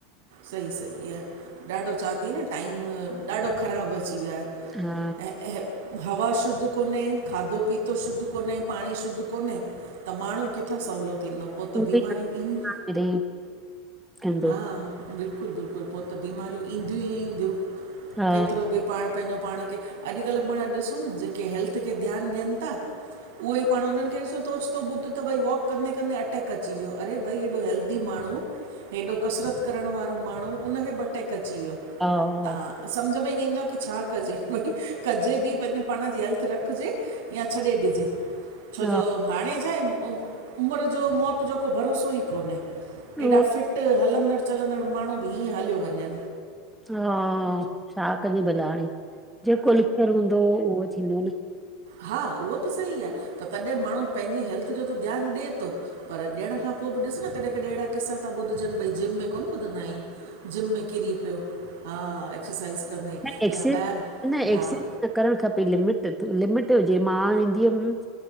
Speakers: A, on the right; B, in the centre.
A: सही- सही आहे, ॾाढो चवांती न टाइम ॾाढो ख़राबु अची वियो आहे।
B: हा
A: ऐं हवा शुद्ध कोन्हे, खाधो पीतो शुद्ध कोन्हे, पांणी शुद्ध कोन्हे त माण्हूं किथां सहुलो थींदो? पोइ
B: <unintelligible>
A: त बीमारियूं ईनि
B: कंदो
A: हा, बिल्कुलु -बिल्कुलु पो त बीमारियूं ईंदियूं ई ईंदियूं।
B: हा
A: केतिरो बि पाण पंहिंजो पाण खे, अॼुकल्ह पाण ॾिसूं न जेके हेल्थ खे ध्यानु ॾियनि ता उहो ई पाण उन्हनि खे ॾिसो, त ओचतो ॿुध त भई वॉक कंदे -कंदे अटैक अची वियो। अरे भई हेॾो हेल्दी माण्हू? हेॾो कसरत करणु वारो माण्हू, उनखे बि अटैक अची वियो।
B: हा-हा।
A: तव्हां सम्झ में ई न ईंदो आ की छा कजे? भई कजे बि पंहिंजे पाण जी हेल्थ रखिजे। यां छॾे ॾिजे? छोजो
B: हा
A: हाणे छा आहे, उ उमिरि जो, मौत जो को भरोसो ई कोन्हे?
B: उहो
A: एॾा फिट हलंदड़ चलंदड़ माण्हू बि हीअं हलियो वञनि।
B: हा, छा कजे बला हाणे? जेको लिखयल हूंदो, उहो थींदो न?
A: हा, उहो त सही आ त तॾहिं माण्हू पंहिंजी हेल्थ जो त ध्यानु ॾे तो, पर ॾियण खां पो बि ॾिस न कॾहिं -कॾहिं अहिड़ा किस्सा ता ॿुधजनि, भई जिम में कोन्ह ॿुधंदा आहियूं? जिम में किरी पियो? हा- एक्सरसाइज़ कंदे
B: न एक्सेस
A: या ॿाहिरि,
B: न
A: हा-
B: एक्सेस न करणु खपे। लिमिट- लिमिट हुजे, मां वेंदी हुयमि